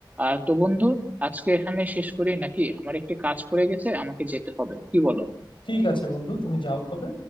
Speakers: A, on the right; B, on the left.
A: আর তো বন্ধু আজকে এখানে শেষ করি নাকি আমার একটি কাজ পড়ে গেছে আমাকে যেতে হবে কি বলো
B: ঠিক আছে বন্ধু তুমি যাও তবে